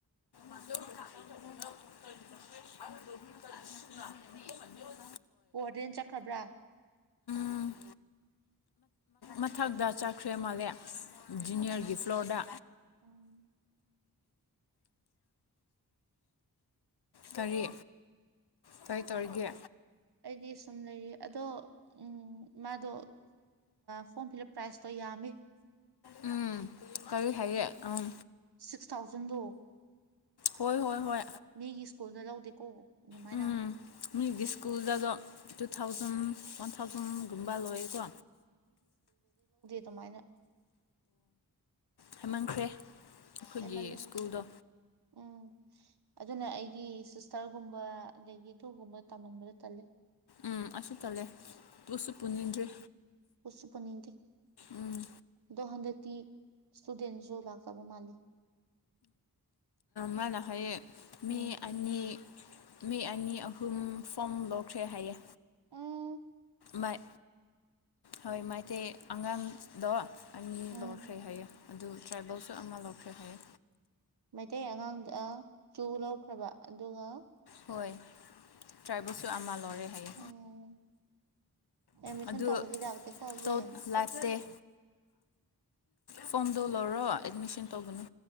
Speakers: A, on the left; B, on the right.
A: <unintelligible>
B: ꯋꯥꯔꯗꯦꯟ ꯆꯠꯈ꯭ꯔꯕ꯭ꯔꯥ
A: ꯎꯝ ꯃꯊꯛꯇ ꯆꯠꯈ꯭ꯔꯦ ꯃꯥꯜꯂꯦ ꯖꯨꯅꯤꯌꯔꯒꯤ ꯐ꯭ꯂꯣꯔꯗ
B: ꯎꯝ꯫
A: ꯀꯔꯤ ꯀꯔꯤ ꯇꯧꯔꯤꯒꯦ꯫
B: ꯑꯩꯗꯤ ꯁꯨꯝ ꯂꯩꯔꯤ ꯑꯗꯣ ꯎꯡ ꯃꯥꯗꯣ ꯐꯣꯔꯝ ꯐꯤꯜꯞ ꯄ꯭ꯔꯥꯏꯁꯇꯣ ꯌꯥꯝꯃꯤ꯫
A: ꯎꯝ ꯀꯔꯤ ꯍꯥꯏꯌꯦ ꯑꯝ
B: ꯁꯤꯛꯁ ꯊꯥꯎꯖꯟꯗꯣ
A: ꯍꯣꯏ ꯍꯣꯏ ꯍꯣꯏ꯫
B: ꯃꯤꯒꯤ ꯁ꯭ꯀꯨꯜꯗ ꯂꯧꯗꯦꯀꯣ ꯑꯗꯨꯃꯥꯏꯅ꯫
A: ꯎꯝ ꯃꯤꯒꯤ ꯁ꯭ꯀꯨꯜꯗꯗꯣ ꯇꯨ ꯊꯥꯎꯖꯟ ꯋꯥꯟ ꯊꯥꯎꯖꯟꯒꯨꯝꯕ ꯂꯣꯏꯀꯣ꯫
B: ꯗꯨꯃꯥꯏꯅ꯫
A: ꯍꯥꯏꯃꯟꯈ꯭ꯔꯦ ꯑꯈꯣꯏꯒꯤ
B: ꯍꯦꯟꯃꯜꯂꯦ
A: ꯁ꯭ꯀꯨꯜꯗꯣ꯫
B: ꯎꯝ꯫ ꯑꯗꯨꯅ ꯑꯩꯒꯤ ꯁꯤꯁꯇꯔꯒꯨꯝꯕ ꯑꯗꯒꯤ ꯑꯗꯨꯒꯒꯨꯝꯕꯗ ꯇꯝꯃꯝꯕꯗ ꯇꯜꯂꯦ꯫
A: ꯎꯝ ꯑꯁꯨ ꯇꯜꯂꯦ ꯄꯨꯁꯨ ꯄꯨꯅꯤꯡꯗ꯭ꯔꯦ꯫
B: ꯄꯨꯁꯨ ꯄꯨꯅꯤꯡꯗꯤ
A: ꯎꯝ
B: ꯗꯣ ꯍꯟꯗꯛ ꯇꯤ ꯁ꯭ꯇꯨꯗꯦꯟꯁꯨ ꯂꯥꯛꯇꯕ ꯃꯥꯜꯂꯤ꯫
A: ꯃꯥꯥꯅ ꯍꯥꯏꯌꯦ ꯃꯤ
B: ꯎꯝ
A: ꯑꯅꯤ ꯃꯤ ꯑꯅꯤ ꯑꯍꯨꯝ ꯐꯣꯝ ꯂꯧꯈ꯭ꯔꯦ ꯍꯥꯏꯌꯦ꯫
B: ꯎꯝ
A: ꯃꯥꯏ ꯍꯣꯏ ꯃꯥꯏꯇꯩ ꯑꯉꯥꯡꯗꯣ ꯑꯅꯤ
B: ꯎꯝ
A: ꯂꯧꯈ꯭ꯔꯦ ꯍꯥꯏꯌꯦ꯫ ꯑꯗꯨ ꯇ꯭ꯔꯥꯏꯕꯜꯁꯨ ꯑꯃ ꯂꯧꯈ꯭ꯔꯦ ꯍꯥꯏꯌꯦ꯫
B: ꯃꯩꯇꯩ ꯑꯉꯥꯡꯗ ꯆꯨ ꯂꯧꯈ꯭ꯔꯕ ꯑꯗꯨꯒ
A: ꯍꯣꯏ ꯇ꯭ꯔꯥꯏꯕꯜꯁꯨ ꯑꯃ ꯂꯧꯔꯦ ꯍꯥꯏꯌꯦ
B: ꯎꯝ꯫ ꯑꯦꯃꯤꯁꯟ
A: ꯑꯗꯨ
B: ꯇꯧꯕꯁꯤ ꯂꯥꯛꯇꯦꯀꯣꯗꯤ꯫
A: ꯇꯣꯠ ꯂꯥꯛꯇꯦ ꯐꯣꯝꯗꯣ ꯂꯧꯔꯣ ꯑꯦꯠꯃꯤꯁꯟ ꯇꯧꯕꯅꯤ